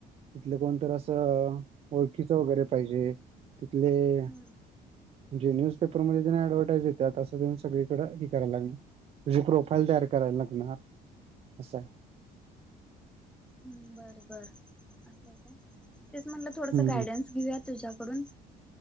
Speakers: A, on the right; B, in the centre.
A: तिथले कोण- -तर असं ओळखीच वगैरे पाहिजे. तिथले-
B: हम्म
A: जे न्यूजपेपरमध्ये तेन ऍडव्हटाईज येतात. असं देऊन सगळीकडे हे कराय लागणार. तुझी प्रोफाईल तयार करायला लागणार असं आहे.
B: हं. बर बर. असए का? तेच म्हटलं थोडस
A: हम्म
B: गायडन्स- घेऊया तुझ्याकडून‌.